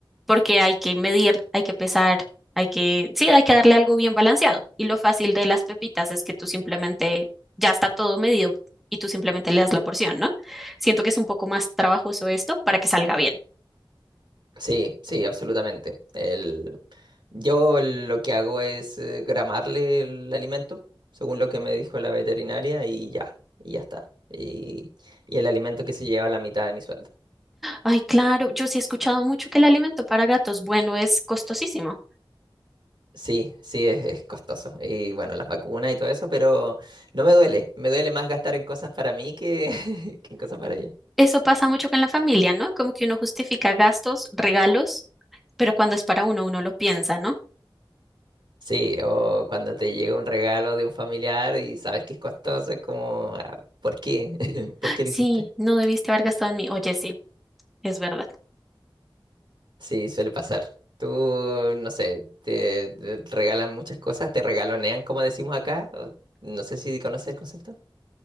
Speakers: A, in the centre; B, on the right.
A: porque hay que medir, hay que pesar, hay que, sí, hay que darle algo bien balanceado. Y lo fácil de las pepitas es que tú simplemente, ya está todo medido y tú simplemente le das la porción, ¿no? Siento que es un poco más trabajoso esto para que salga bien.
B: Sí, sí, absolutamente. El, yo lo que hago es eh, gramarle el alimento, según lo que me dijo la veterinaria, y ya, y ya está. Y, y el alimento que se lleva la mitad de mi sueldo.
A: Ay, claro, yo sí he escuchado mucho que el alimento para gatos bueno es costosísimo.
B: Sí, sí, es, es costoso. Y bueno, las vacunas y todo eso, pero no me duele. Me duele más gastar en cosas para mí que, <laughs> que en cosas para ella.
A: Eso pasa mucho con la familia, ¿no? Como que uno justifica gastos, regalos, pero cuando es para uno, uno lo piensa, ¿no?
B: Sí, o cuando te llega un regalo de un familiar y sabes que es costoso, es como, ah, ¿por qué? <laughs> ¿Por qué
A: Sí,
B: lo hiciste? <laughs>
A: no debiste haber gastado en mí. Oye, sí, es verdad.
B: Sí, suele pasar. Tú, no sé, te, te regalan muchas cosas, te regalonean, como decimos acá. o- no sé si conoces el concepto.